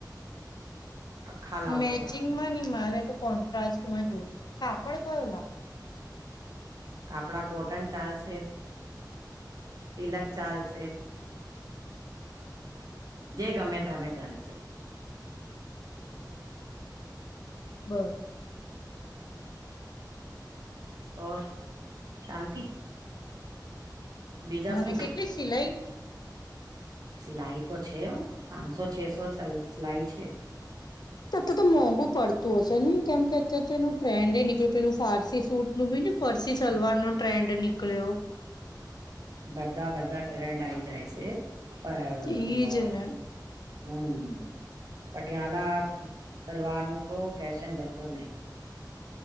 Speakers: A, on the right; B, on the left.
A: આખા લાવો
B: મેચિંગમાં
A: તો હારું
B: ની મારે તો કોન્ટ્રાસ્ટમાં જોઈએ કાપડ કયો લાગે
A: આપડા કોટન ચાલશે સિલક ચાલશે. જે ગમે તમે ચાલશે <inaudible>
B: બ
A: ઓર શાંતિ બીજા
B: મને
A: શું
B: કેટલી સિલાઈ
A: સિલાઈ તો છેું પાંચસો છસો સિલાઈ છે.
B: તો તો તો મોંઘુ પડતું હશે નને કેમ કે અત્યારે તો એનું ટ્રેન્ડ એ નીકળી પેલું ફારસી સૂટનું બી ફરશ સલવાર નો ટ્રેન્ડ નીકલ્યો
A: બધા બધા ટ્રેન્ડ આઈ જાય છે. <unintelligible>
B: એજ ને
A: હમ્મ પટિયાલા સલવાર નું તો ફેશન જતું નહી.